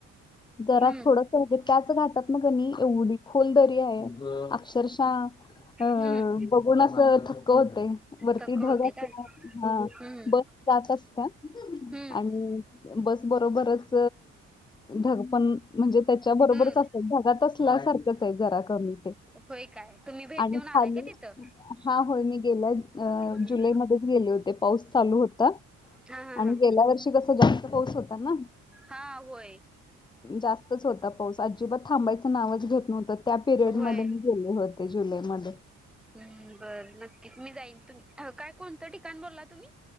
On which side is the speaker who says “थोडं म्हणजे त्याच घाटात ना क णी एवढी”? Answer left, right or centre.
Left